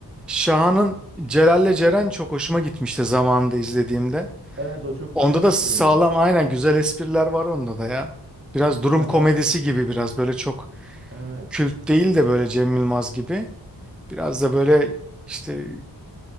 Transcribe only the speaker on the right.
Evet o çok
tatlı
bir
filmdi.
Ya
ben
evet.